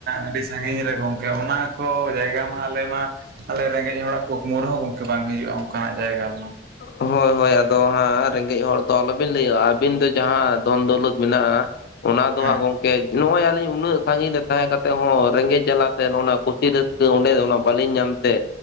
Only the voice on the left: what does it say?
ᱦᱳᱭ ᱦᱳᱭ, ᱟᱫᱚ ᱦᱟᱸᱜ ᱨᱮᱸᱜᱮᱡ ᱦᱚᱲ ᱫᱚ ᱟᱞᱚᱵᱤᱱ ᱞᱟᱹᱭᱟ ᱟᱹᱵᱤᱱ ᱫᱚ ᱡᱟᱦᱟᱸ ᱫᱷᱚᱱ ᱫᱚᱣᱞᱚᱛ ᱢᱮᱱᱟᱜᱼᱟᱼᱼ ᱚᱱᱟ ᱫᱚ
ᱦᱟᱸᱜ ᱜᱚᱝᱠᱮᱼᱼ ᱱᱚᱜᱼᱚᱭ, ᱟᱹᱞᱤᱧ ᱩᱱᱟᱹᱜ ᱥᱟᱺᱜᱤᱧ ᱨᱮ, ᱛᱟᱦᱮᱸ ᱠᱟᱛᱮ ᱦᱚᱸ, ᱨᱮᱸᱜᱮᱡ ᱡᱟᱞᱟᱛᱮ, ᱱᱚᱜᱼᱱᱟ ᱠᱩᱥᱤ ᱨᱟᱹᱥᱠᱟᱹ, ᱚᱸᱰᱮ ᱚᱱᱟ ᱵᱟᱹᱞᱤᱧ ᱧᱟᱢᱛᱮ,